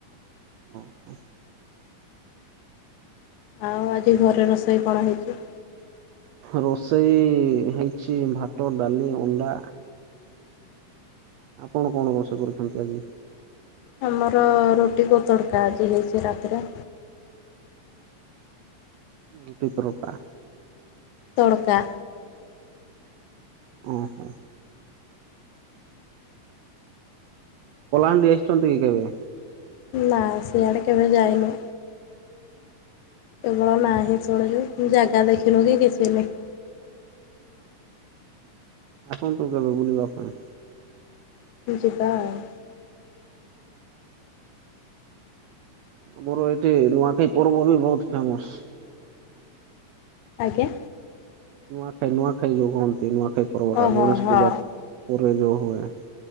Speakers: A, on the right (about 85°); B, on the left (about 80°).
A: ଓହୋ।
B: ଆଉ ଆଜି ଘରେ ରୋଷେଇ କଣ ହେଇଚି?
A: ରୋଷେଇ ହେଇଛି ଭାତ, ଡାଲି, ଅଣ୍ଡା,। ଆପଣ କଣ ରୋଷେଇ କରିଛନ୍ତି ଆଜି?
B: ଆମର ରୁଟି କୁ ତଡକା ଆଜି ହେଇଛି ରାତିରେ।
A: ରୁଟି ତଡ଼କା।
B: ତଡ଼କା।
A: ଓହୋ। କଳାହାଣ୍ଡି ଆସିଛନ୍ତି କେତେବେଳେ?
B: ନା ସିଆଡ଼େ କେବେ ଯାଇନୁ? କେବଳ ନାହିଁ ଶୁଣିଚି। ଜାଗା ଦେଖିନୁ କି କିଛି ନାହିଁ।
A: ଆସନ୍ତୁ କେବେ ବୁଲିବା ପାଇଁ?
B: ଯିବା ଆଉ।
A: ଆମର ଏଠି ନୂଆଖାଇ ପର୍ବ ବି ବହୁତ ଫେମସ୍।
B: ଆଜ୍ଞା।
A: ନୂଆଖାଇ ନୂଆଖାଇ ଯୋଉଁ ହୁହନ୍ତି ନୂଆଖାଇ ପର୍ବଟା
B: ଓହୋ
A: ଗଣେଶ
B: ହଁ।
A: ପୂଜା ପରେ ଯୋଉଁ ହୁଏ।